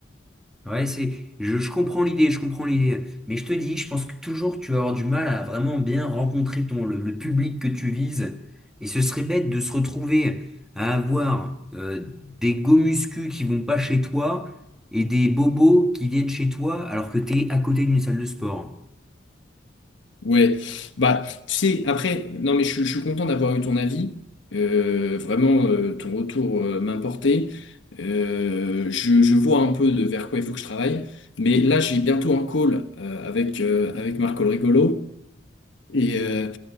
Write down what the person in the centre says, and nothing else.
Ouais, c'est, je, je comprends l'idée, je comprends l'idée. Mais je te dis, je pense que toujours tu vas avoir du mal à vraiment bien rencontrer ton, le, le public que tu vises. Et ce serait bête de se retrouver à avoir euh, des gomuscus qui vont pas chez toi et des bobos qui viennent chez toi alors que tu es à côté d'une salle de sport.